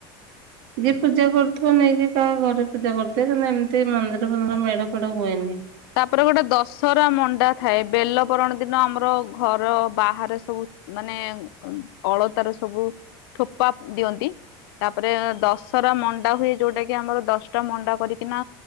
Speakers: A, on the right (about 75°); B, on the left (about 80°).
A: ଯିଏ ପୂଜା କରୁଥିବ ନେଇକି କାହା ଘରେ ପୂଜା କରୁଥିବେ କିନ୍ତୁ ଏମିତି ମନ୍ଦିର ଫନ୍ଦିର ମେଢ ଫେଢ଼ ହୁଏନି।
B: ତାପରେ ଗୋଟେ ଦଶହରା ମଣ୍ଡା ଥାଏ ବେଲପରଣ ଦିନ ଆମର ଘର ବାହାରେ ସବୁ ମାନେ ଅଳତାର ସବୁ ଠୋପା ଦିଅନ୍ତି। ତାପରେ ଦଶରା ମଣ୍ଡା ହୁଏ ଯୋଉଟା କି ଆମର ଦଶଟା ମଣ୍ଡା କରିକିନା